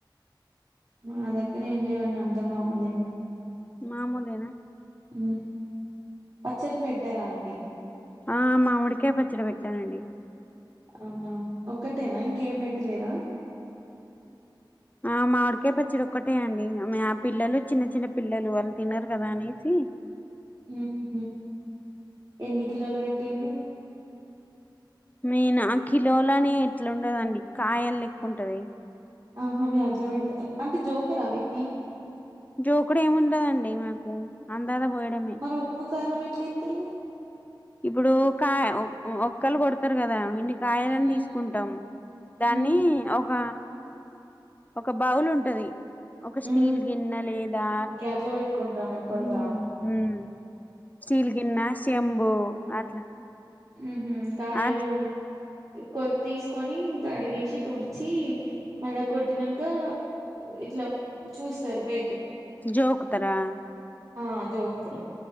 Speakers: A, on the right (about 45°); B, on the left (about 20°).
A: మా దగ్గరేం లేవండి అంత మామొలె
B: మామొలేన
A: ఉమ్ పచ్చళ్లు పెట్టారా అండి
B: ఆ మామిడికాయ పచ్చడి పెట్టానండి
A: అవునా ఒక్కటేనా ఇంకేం పెట్టలేదా
B: ఆ మామిడికాయ పచ్చడి ఒక్కటే అండి మా పిల్లలు చిన్న చిన్న పిల్లలు వాళ్ళు తినరు కదా అనేసి
A: మ్మ్ హ్మ్ ఎన్ని కిలోలు పెట్టిండ్రు
B: మేన కిలోలనే ఎట్లుండదండి కాయల్ లెక్కుంటది
A: ఆహా మీరు అట్ల పెడుతా అంటే జోకరా వీట్ని
B: జోకుడు ఏముండదండి మనకు అందాల పోయడమే
A: మరి ఉప్పు కారం ఎట్ల వేత్తరు
B: ఇప్పుడు కాయ ఒక్కళ్ళు కొడుతారు కదా ఇన్ని కాయలని
A: ఉమ్
B: తీసుకుంటాం దాన్ని
A: ఉమ్
B: ఒక ఒక బౌల్ ఉంటది ఒక స్టీల్
A: ఉమ్
B: గిన్నె లేదా
A: ఓకే అట్లా పెట్టుకుంటారా మీరు కొలత
B: మ్మ్ హ్మ్ స్టీల్ గిన్నా శెంబూ అట్లా
A: మ్మ్ హ్మ్ కాయలు
B: అట్
A: కొల్ తీసుకొని ఇంకడిగేసి తుడిచి మళ్ళా కొట్టినంక ఇట్ల చూస్తారు వెయిట్
B: జోకుతరా
A: ఆ జోకుతరు